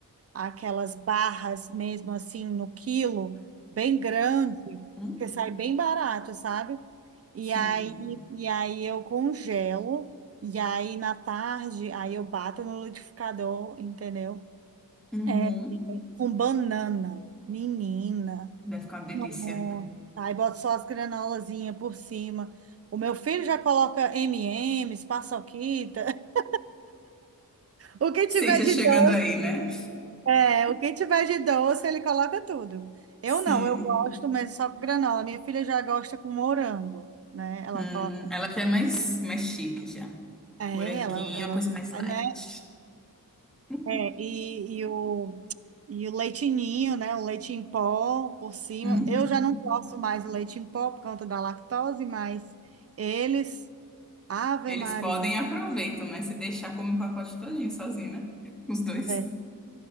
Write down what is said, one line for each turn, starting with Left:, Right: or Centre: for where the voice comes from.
Right: aquelas barras mesmo assim no quilo, bem grande,
Centre: Uhum.
Right: porque sai bem barato, sabe? E
Centre: Sim.
Right: aí, e aí eu congelo, e aí na tarde, aí eu bato no liquidificador, entendeu?
Centre: Uhum.
Right: É, com banana. Menina.
Centre: Deve ficar uma delícia.
Right: Nossa. Aí bota só as granolazinhas por cima. O meu filho já coloca M&M's, paçoquita. <laughs> O que
Centre: Ciência
Right: tiver de
Centre: chegando
Right: doce,
Centre: aí, né?
Right: é, o que tiver de doce, ele coloca tudo. Eu
Centre: Sim.
Right: não, eu gosto, mas só com granola. Minha filha já gosta com morango, né? Ela
Centre: Hum,
Right: coloca.
Centre: ela já é mais, mais chique já.
Right: É,
Centre: Moranguinho,
Right: ela, ela,
Centre: uma coisa mais light.
Right: né?
Centre: <laughs>
Right: É, e, e o, e o leite ninho, né? O leite em pó por cima.
Centre: Uhum.
Right: Eu já não posso mais o leite em pó por conta da lactose, mas eles. Ave
Centre: Eles
Right: Maria.
Centre: podem e aproveitam, né? Se deixar, come o pacote todinho sozinho, né? Os dois.
Right: Ver-